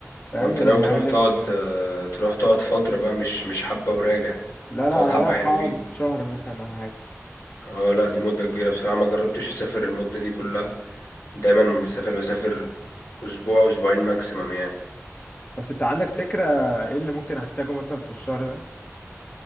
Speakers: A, on the left; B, on the left.
A: فيعني
B: انت ناوي تروح
A: هنلف
B: تقعد
A: يعني.
B: آه، تروح تقعد فتره بقى مش مش حبه وراجع
A: لا
B: تقعد
A: لا انا
B: حبه
A: رايح
B: حلوين
A: اقعد شهر مثلا او حاجه
B: اه لا دي مده كبيره بصراحه ما جربتش اسافر المده دي كلها دايما لما بسافر بسافر اسبوع اسبوعين ماكسيمم يعني
A: بس انت عندك فكره ايه اللي ممكن احتاجه مثلا في الشهر ده